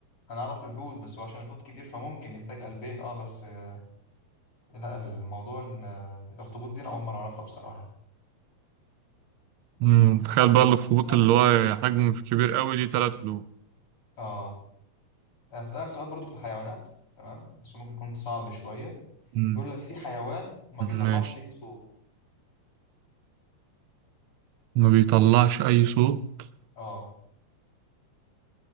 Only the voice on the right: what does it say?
مم. تخيل
بقى الاخطبوط
اللي هو حجمه مش كبير قوي ليه تلات قلوب
مم.
ماشي
ما بيطلعش أي صوت